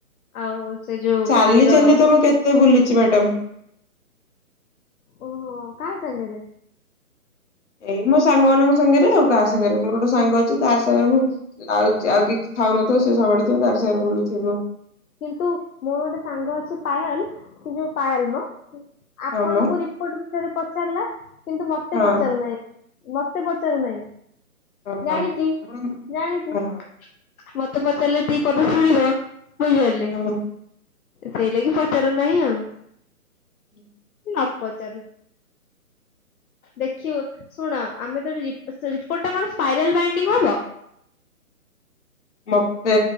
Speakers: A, on the left; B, on the left.
A: ଆଉ ସେ ଯୋଉ
B: ଚାଲି
A: ଗାଡିର
B: ଚାଲି ତ ମୁଁ କେତେ ବୁଲିଛି ମ୍ୟାଡ଼ାମ।
A: ଓହୋ କାହା ସାଙ୍ଗେରେ?
B: ଏଇ ମୋ ସାଙ୍ଗ ମାନଙ୍କ ସାଙ୍ଗେରେ ଆଉ କାହା ସାଙ୍ଗେରେ ମୋର ଗୋଟେ ସାଙ୍ଗ ଅଛି ତାରି ସାଙ୍ଗେରେ ମୁଁ ଆଉ ଆଉ କି ଥାଉ ନଥାଉ ସେ ସାଙ୍ଗଟା ଥାଉ ତାରି ସାଙ୍ଗରେ ବୁଲଥିବି ମୁଁ।
A: କିନ୍ତୁ ମୋର ଗୋଟେ ସାଙ୍ଗ ଅଛି ପାାୟଲ ସେ ଯୋଉ ପାାୟଲ ମ? ଆପଣଙ୍କୁ
B: ହଁ ମ
A: ରିପୋର୍ଟ ବିଷୟରେ ପଚାରିଲା କିନ୍ତୁ ମତେ
B: ହଁ
A: ପଚାରୁ ନାଇଁ। ମତେ ପଚାରୁ ନାଇଁ
B: ହଁ।
A: ଜାଣିଛି
B: ଆପଣ
A: ଜାଣିଛି।
B: ହଁ
A: ମତେ ପଚାରିଲେ ଦି ପଦ ଶୁଣିବ ବୁଝିପାରିଲେ?
B: ହଁ
A: ସେଇ ଲାଗି ପଚାରୁନାଇଁ ଆଉ।
B: ହୁଁ
A: ନ ପଚାରୁ। ଦେଖିବ ଶୁଣ ଆମେ ତ ରିପୋର୍ଟ ଟା କଣ ସ୍ପାଇରାଲ ବାଇଣ୍ଡିଙ୍ଗ ହବ?
B: ମତେ